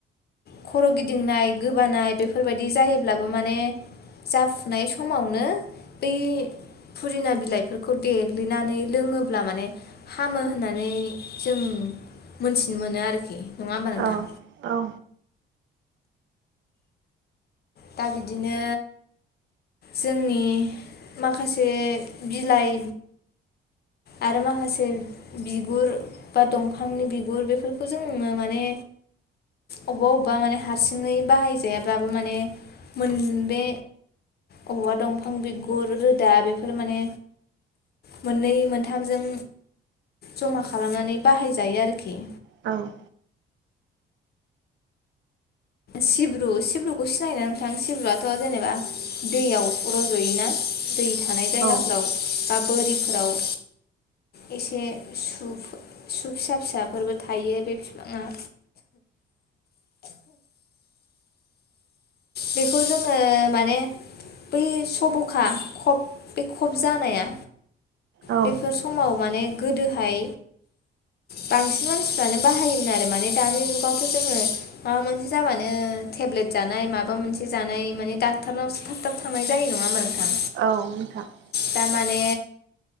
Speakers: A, on the left; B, on the right.
A: खर' गिदिंनाय गोबानाय बेफोरबायदि जायोब्लाबो माने जाफुनाय समावनो बै फुरिना बिलाइफोरखौ देग्लिनानै लोङोब्ला माने हामो होननानै जों मोनथिनो मोनो आरोखि नङा होमबा नोंथां
B: औ औ
A: दा बिदिनो जोंनि माखासे बिलाइ आरो माखासे बिगुर बा दंफांनि बिगुर बेफोरखौ जोङो माने अबेबा अबेबा माने हारसिङै बाहायजायाब्लाबो माने मोन बे अबावबा दंफां बिगुर रोदा बेफोर माने मोननै मोनथा थामजों जमा खालामनानै बाहायजायो आरोखि
B: औ
A: सिब्रु सिब्रुखौ सिनायनो नोंथां सिब्रुआथ' जेनेबा दैयाव रज'योना दै थानाय जायगाफोराव
B: औ
A: बा बोरिफोराव एसे सु फिसा फिसाफोरबो थायो बे बिफाङा बेखौ जोङो माने बै सब'खा खब बे खब जानाया
B: औ
A: बेफोर समाव माने गोदोहाय बांसिन मानसिफ्रानो बाहायोमोन आरो माने दानि जुगावथ' जोङो माबा मोनसे जाबानो टेब्लेट जानाय माबा मोनसे जानाय माने डक्टारनावसो थाब थाब थांनाय जायो नङा होमबा नोंथां
B: औ नोंथां
A: दा माने